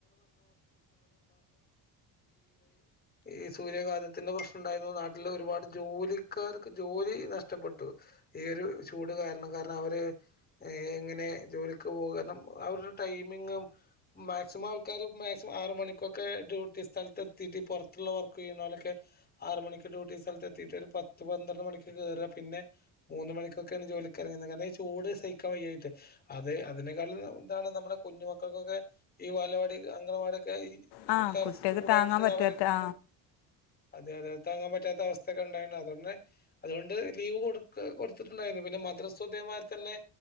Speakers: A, on the left; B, on the left.
A: ഈ സൂര്യാഘാതത്തിന്റെ പ്രശ്നം ഉണ്ടായിരുന്നു നാട്ടില് ഒരുപാട് ജോലിക്കാർക്ക് ജോലി നഷ്ടപ്പെട്ടു. ഈ ഒരു ചൂട് കാരണം കാരണം അവര് എങ്ങനെ ജോലിക്ക് പോക കാരണം അവരുടെ ടൈമിങ്ങും മാക്സിമം ആൾക്കാര് മാക്സിമം ആറ് മണിക്കൊക്കെ ഡ്യൂട്ടി സ്ഥലത്ത് എത്തീട്ട് പൊറത്ത് ത്തുള്ള വർക്ക് ചെയ്യുന്നോലൊക്കെ ആറ് മണിക്ക് ഡ്യൂട്ടി സ്ഥലത്ത് എത്തിയിട്ട് ഒരു പത്ത് പന്ത്രണ്ട് മണിക്ക് കേറ്അ പിന്നെ മൂന്ന് മണിക്കൊക്കേണ് ജോലിക്ക് ഇറങ്ങി കാരണം അങ്ങനെ ഈ ചൂട് സഹിക്കാൻ വയ്യായിട്ട് അതേ അതിനേക്കാളും താണ് നമ്മളെ നമ്മുടെ കുഞ്ഞു മക്കൾക്കൊക്കെ ഈ ബാലവാടി അംഗണവാടിയൊക്കെ ഒക്കെ ഈ
B: ആ
A: ടെറസ്
B: കുട്ടികൾക്ക്
A: ചൂടായിട്ട്
B: താങ്ങാൻ പറ്റാത്ത
A: അവരെ
B: ആ
A: കൊണ്ട് അതെ, അതെ, താങ്ങാൻ പറ്റാത്ത അവസ്ഥക്കെ ഉണ്ടായിണ്ട്. അതോണ്ടെന്നെ, അതുകൊണ്ട് ലീവ് കൊടുക്ക് കൊടുത്തിട്ടുണ്ടായിരുന്നു. പിന്നെ മദ്രസും ഇതേമായ്ര് തന്നെ